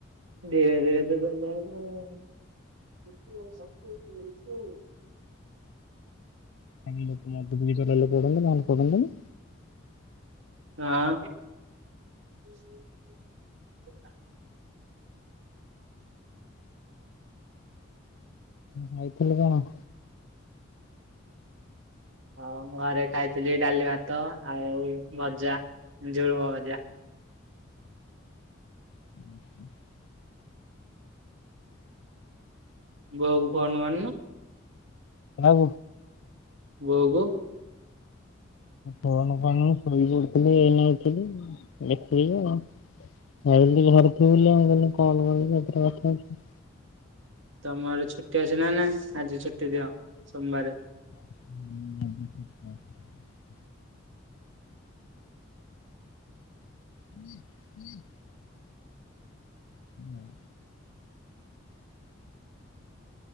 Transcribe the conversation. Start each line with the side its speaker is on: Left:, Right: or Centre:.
Right: ଧୀରେ ଧୀରେ ଚଲଉ <unintelligible> ବ <unintelligible>
Left: ଖାଲି ଲୋକ ମଦ ପିଇକି ଚଲେଇଲେ ପଡନ୍ତି ନହେଲେ ପଡନ୍ତନି।
Right: ହଁ। <inaudible> <inaudible>
Left: ଖାଇଥିଲ କଣ?
Right: ଆଉ ମୁଁ ଘରେ ଖାଇଥିଲି ଡାଲି ଭାତ ଆଉ ଭଜା ଝୁଳୁମ ଭଜା।
Left: <inaudible>
Right: ବଉ ଫନ ଆଣିନ।
Left: ଆଉ।
Right: ବଉକୁ।
Left: ଫନ କଣ ଶୋଇ ପଡୁଥିଲି ଏଇ ନେ ଉଠିଲି ଦେଖିନି ଆଉ। ଆଇଲି ଘରକୁ ବୋଲି ମୁଁ କହିଲି କଲ <unintelligible>
Right: ତମର ଛୁଟି ଅସ ନା ନା ଆଜି ଛୁଟି ଦିଅ ସୋମବାର
Left: ହୁଁ ହୁଁ ହୁଁ ହଁ